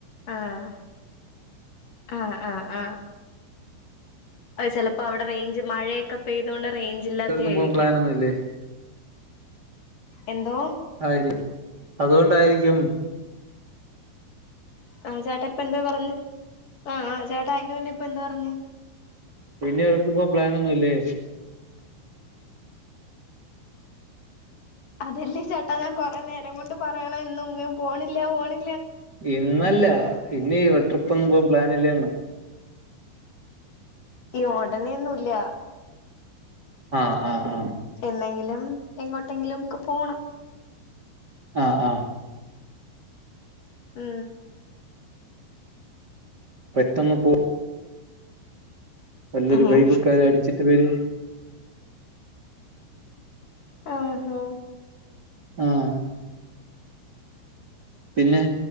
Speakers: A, on the left (about 50°); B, on the right (about 30°).
A: ആഹ് ആഹ് ആഹ് ആഹ് അ ചെലപ്പോ അവിടെ റേഞ്ച് മഴയൊക്കെ പെയ്ത കൊണ്ട് റേഞ്ച് ഇല്ലാത്ത
B: ഒരിടത്തും
A: ആയിരിക്കും
B: പോകാൻ പ്ലാനൊന്നും ഇല്ലേ
A: എന്തോ
B: ആയിരിക്കും അതുകൊണ്ടായിരിക്കും
A: ആഹ് ചേട്ട ഇപ്പ എന്താ പറഞ്ഞു ആഹ് ആ ചേട്ടാ അയ്ന് മുന്നെ ഇപ്പ എന്താ പറഞ്ഞ
B: പിന്നെ ഒരടുത്ത് പോവാൻ പ്ലാൻ ഒന്നുംല്ലേ
A: അതെല്ലേ ചേട്ടാ ഞാൻ കൊറെേ നേരം കൊണ്ട് പറയണം ഇന്നൊങ്ങും പോണില്ല പോണ്
B: ഇന്നല്ല ഇന്നീ ട്രിപ്പ് ഒന്നും പോവാൻ പ്ലാൻ ഇല്ലേന്ന്
A: ഈ ഉടനെൊന്നുംല്ല
B: ആഹ് ആഹ് ആഹ്
A: എന്നെങ്കിലും എങ്ങോട്ടെങ്കിലുംക്ക പോണം
B: ആഹ് ആഹ്
A: ഉം
B: പെട്ടെന്ന് പോ നല്ലൊരു
A: ഏഹ്
B: വൈബൊകെ അടിച്ചിട്ട് വരു
A: ആഹ്
B: ആഹ് പിന്നെ